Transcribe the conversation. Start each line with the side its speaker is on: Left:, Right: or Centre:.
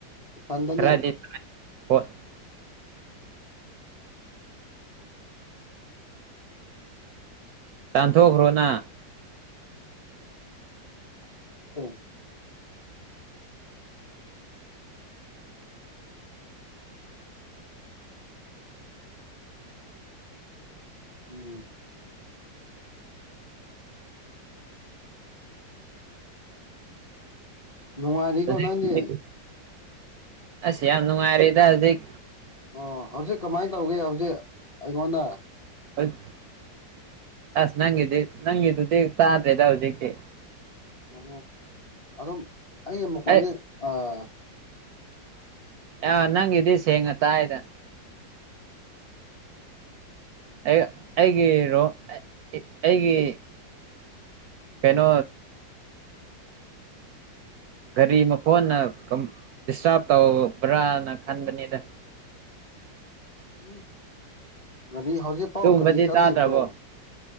Left: ꯏꯊꯟꯗꯅꯦ
Right: ꯈꯔꯗꯤ <unintelligible> ꯇꯥꯟꯊꯣꯛꯈ꯭ꯔꯣꯅ
Left: ꯑꯦ ꯎꯝ ꯅꯨꯡꯉꯥꯏꯔꯤꯀꯣ
Right: <unintelligible>
Left: ꯅꯪꯗꯤ
Right: ꯑꯁ ꯌꯥꯝ ꯅꯨꯡꯉꯥꯏꯔꯦꯗ ꯍꯧꯖꯤꯛ
Left: ꯑꯣ ꯍꯧꯖꯤꯛ ꯀꯃꯥꯏ ꯇꯧꯒꯦ ꯍꯧꯖꯤꯛ ꯑꯩꯉꯣꯟꯗ
Right: <unintelligible> ꯑꯁ ꯅꯪꯒꯤꯗꯤ ꯅꯪꯒꯤꯗꯨꯗꯤ ꯇꯥꯗꯔꯦꯗ ꯍꯧꯖꯤꯛꯇꯤ
Left: <unintelligible> ꯑꯗꯨꯝ ꯑꯩꯒꯤ ꯃꯈꯣꯟꯗꯤ
Right: ꯑꯩ
Left: ꯑꯥ
Right: ꯑꯥ ꯅꯪꯒꯤꯗꯤ ꯁꯦꯡꯅ ꯇꯥꯏꯗ ꯑꯩ ꯑꯩꯒꯤ ꯔꯣ ꯑꯩꯒꯤ ꯀꯩꯅꯣ ꯒꯥꯔꯤ ꯃꯈꯣꯟꯅ ꯀꯥꯝ ꯏ꯭ꯁꯇꯥꯔꯠ ꯇꯧꯕ꯭ꯔꯅ ꯈꯟꯕꯅꯤꯗ
Left: ꯎ ꯒꯥꯔꯤ ꯍꯧꯖꯤꯛ ꯄꯥꯎ
Right: ꯑꯗꯨꯒꯨꯝꯕꯗꯤ
Left: ꯀꯔꯤ ꯈꯜꯂꯤꯕ꯭ꯔꯣ
Right: ꯇꯥꯗ꯭ꯔꯕꯣ